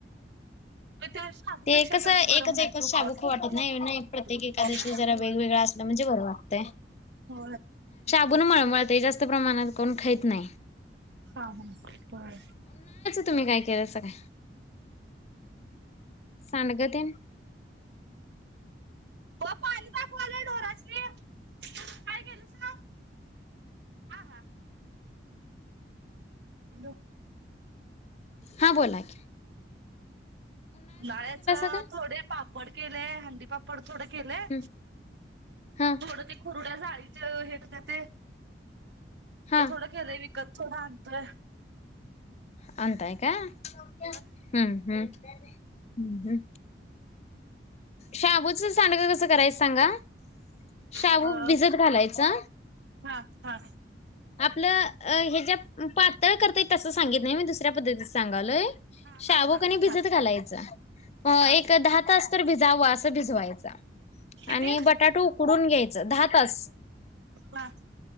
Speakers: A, on the right (about 70°); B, on the left (about 40°).
A: मग त्या शाबूपेक्षा
B: ते कस
A: तर बरं
B: एकच
A: म्हणायचं
B: एकच
A: उपवासासाठी
B: शाबू खाऊ वाटत नाही प्रत्येक
A: नाही
B: एकादशीला जरा वेगवेगळा असलं म्हणजे बरं वाटतंय
A: हो
B: म्हणून मळमळते जास्त प्रमाणात पण खात नाही
A: हा हा होय
B: तुम्ही काय केलं सांगा सांडग तेन <inaudible>
A: हो पाणी दाखवायला ढोरासनी काय केलं हा हा हॅलो
B: हां बोला क
A: उन्हाळ्याच
B: काय?
A: थोडे पापड केलेय हंडी पापड थोड केलंय
B: हम्म हा
A: थोडं ते कुरुगड्या जाळीच हे ते
B: हा
A: ते थोडं केलंय विकत थोडं आणतोय
B: आणताय का हम्म
A: होय
B: हम्म हम्म हम्म शाबूचं सांडग कसं करायचं सांगा शाबू
A: अ
B: भिजत घालायचा
A: हा हा
B: आपलं हे ज्या पातळ करताय तस सांगित नाही मी दुसऱ्या पद्धतीत सांगालोय
A: हा
B: शाबू
A: हा सांगा
B: कणी भिजत
A: हा
B: घालायचा
A: हा
B: एक दहा तास तर भिजावं असं भिजवायच
A: किती
B: आणि बटाटा उकडून घ्यायचं दहा तास
A: हा